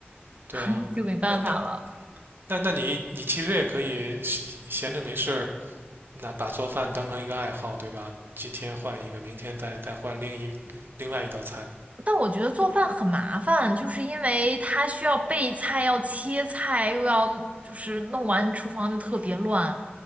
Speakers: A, on the right; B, on the right.
A: 对啊，
B: <laughs> 就没办法了。
A: 那那那那你你其实也可以闲闲着没事儿，那把做饭当成一个爱好，对吧？今天换一个，明天再再换另一另外一道菜，
B: 但我觉得做饭很麻烦，就是因为它需要备菜，要切菜，又要就是弄完厨房就特别乱，